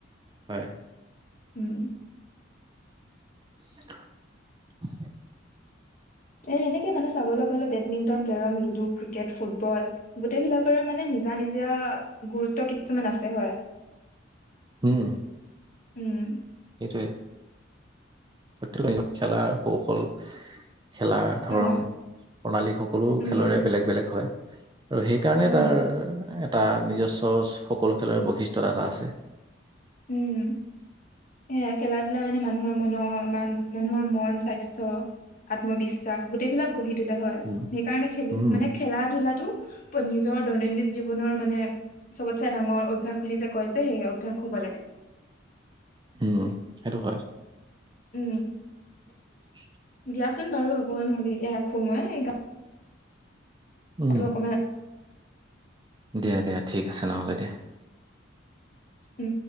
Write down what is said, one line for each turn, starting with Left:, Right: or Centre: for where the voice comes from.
Right: হয়
Left: উম
Right: <inaudible>
Left: এ সেনেকে মানে চাবলৈ গলে badminton carrom ludo cricket football গোটেইবিলাকৰে মানে নিজা নিজা গুৰুত্ব কিছুমান আছে হয়
Right: হম
Left: উও
Right: সেইটোৱে প্ৰত্যেক নিজ খেলাৰ কৌশল খেলা
Left: অ
Right: ধৰণ প্ৰণালী সকলো
Left: উম
Right: খেলৰে বেলেগ বেলেগ হয় আৰু সেইকাৰণে
Left: উম
Right: তাৰ এটা নিজস্ব সকলো খেলৰে বৈশিষ্টতা এটা আছে
Left: উম এ খেলা ধূলা মানে মানুহৰ মনত মান মানুহৰ মন স্বাস্থ্য আত্মবিশ্বাস গোটেইবিলাক গঢ়ি তোলা হয়
Right: উম
Left: সেইকাৰণে খেলি
Right: উম
Left: মানে খেলা ধূলাটো নিজৰ দৈনন্দিন জীৱনৰ মানে চবতচে ডাঙৰ অভ্যাস বুলি যে কয় যে সেই অভ্যাস হ'ব লাগে
Right: উম সেইটো হয়
Left: উম
Right: উম
Left: দিয়াচোন বাৰু হ'ব নহলে এতিয়া ৰাখো মই
Right: উম
Left: মই তোমাক কমে
Right: দিয়া দিয়া ঠিক আছে নহ'লে দিয়া।
Left: উম